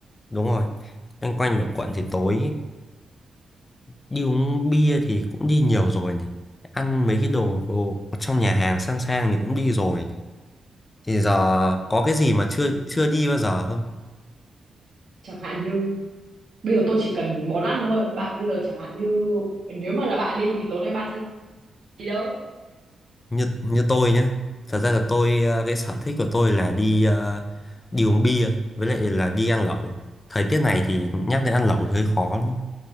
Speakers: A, on the left (about 30°); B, on the right (about 60°).
A: đúng rồi loanh quanh luẩn quẩn thì tối đi uống bia thì cũng đi nhiều rồi này ăn mấy cái đồ, đồ trong nhà hàng sang sang thì cũng đi rồi này thì giờ có cái gì mà chưa
B: Cũng-
A: chưa đi bao giờ không
B: chẳng hạn như bây giờ tôi chỉ cần món ăn thôi bạn bây giờ chẳng hạn như nếu mà là bạn đi thì tối nay bạn sẽ đi đâu
A: như như tôi nhá thật ra là tôi ờ, cái sở thích của tôi là đi ờ, đi uống bia với lại là đi ăn lẩu thời tiết này thì nhắc đến ăn lẩu thì hơi khó lắm.